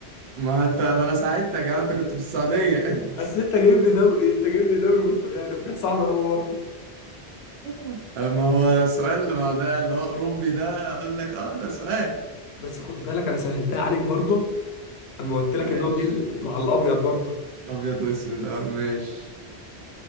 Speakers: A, on the right (about 75°); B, on the left (about 75°).
A: ما انت ما انا ساعدتك يا عم، انت كنت في السعودية
B: اصل انت جايب لي دو... انت جايب لي دوري برتغالي فكانت صعبه قوي برضه
A: <laughs> آه، ما هو سؤال ما هو ده اللي هو اوروبي ده اقول لك اه ده سؤال
B: بس خد بالك انا سهلتها عليك برضه اما قلت
A: ماشي
B: لك ان هو بيل... مع الابيض برضه
A: ابيض واسود اه ماشي